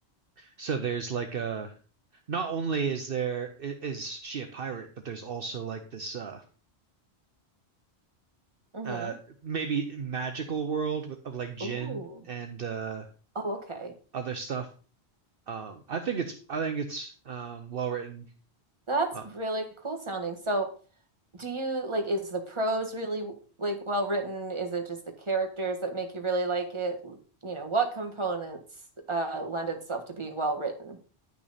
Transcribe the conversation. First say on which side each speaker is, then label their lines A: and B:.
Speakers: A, on the right (about 60°); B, on the right (about 25°).
A: so there's like a not only is there i- is she a pirate, but there's also like this uh
B: Mm-hmm.
A: uh maybe magical world with of like jinn
B: Ooh.
A: and uh
B: Oh, okay.
A: other stuff. Um, I think it's I think it's um, well written.
B: That's
A: Uh,
B: really cool sounding. So, do you like is the prose really like well written? Is it just the characters that make you really like it? You know, what components uh lend itself to being well written?